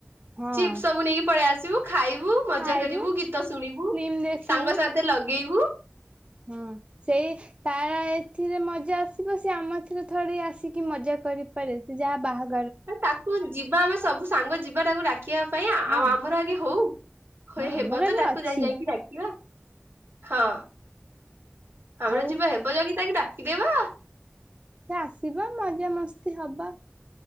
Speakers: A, on the right; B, on the right.
A: ହଁ
B: ଚିପ୍ ସବୁ ନେଇକି ପଳେଇ ଆ ଚୁ ଖାଇବୁ ମଜା
A: ଖାଇବୁ
B: କରିବୁ ଗୀତ ଶୁଣିବୁ
A: ଫିଲ୍ମ ଦେଖିବୁ
B: ସାଙ୍ଗ ସାଥେ ଲଗେଇବୁ
A: ହଁ ସେଇ ତାର ଏଥିରେ ମଜା ଆସିବ ସେ ଆମଥିରେ ଥୋଡୀ ଆସିକି ମଜା କରିପାରେ ସେ ଯାହା ବାହାଘ
B: ତାକୁ ଯିବା ଆମେ ସବୁ ସାଙ୍ଗ ଯିବା ତାକୁ ଡାକିବା ପାଇଁ ଆଉ
A: ହଁ
B: ଆମର ଆଗେ ହଉ ହଇ
A: ହଁ
B: ହେବ
A: ଆମର
B: ତ
A: ଏବେ
B: ତାକୁ
A: ଅଛି
B: ଯାଇ ଯାଇକି ଡାକିବା ହଁ ଆମର
A: ଆଉ
B: ଯିବା ହେବ ଯାଇକି ତାକୁ ଡା କି ଦେବା
A: ସେ ଆସିବ ମଜାମସ୍ତି ହବ